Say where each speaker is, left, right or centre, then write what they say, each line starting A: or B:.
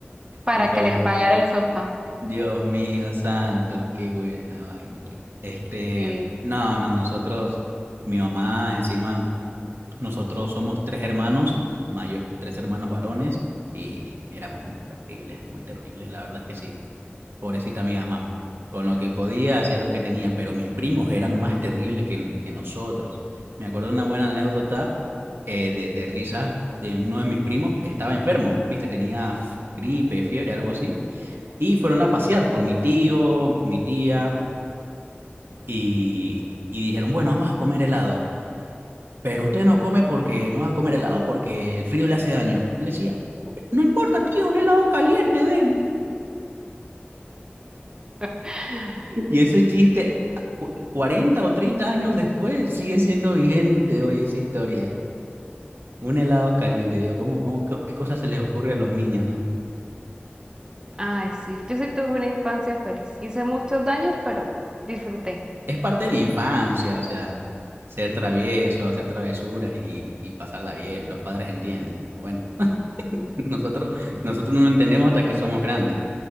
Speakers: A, on the right; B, on the right.
A: para
B: Dios
A: que le
B: mío,
A: pagara el sofá.
B: Dios mío, santo, qué buena vaina. Este,
A: Sí.
B: no, no, nosotros, mi mamá, encima, nosotros somos tres hermanos, mayo- tres hermanos varones, y éramos muy terribles, muy terribles, la verdad es que sí. Pobrecita mi mamá. Con lo que podía, hacía lo que tenía, pero mis primos eran más terribles que, que nosotros. Me acuerdo de una buena anécdota eh, de, de risas de uno de mis primos. Estaba enfermo, viste, tenía f- gripe, fiebre, algo así. Y fueron a pasear con mi tío, mi tía, y, y dijeron, bueno, vamos a comer helado. Pero usted no come porque no va a comer helado porque el frío le hace daño. Y yo le decía, no importa, tío, un helado caliente, deme.
A: <laughs>
B: Y ese chiste, ah, cu- 40 o 30 años después, sigue siendo vigente hoy esa historia. Un helado caliente, yo, ¿cómo, cómo, qué, qué cosas se les ocurre a los niños, no?
A: Ay, sí, yo sí tuve una infancia feliz. Hice muchos daños, pero disfruté.
B: Es parte de la infancia, o sea, ser travieso, hacer travesuras y, y pasarla bien, los padres entienden. Bueno, <laughs> nosotros, nosotros no lo entendemos hasta que somos grandes,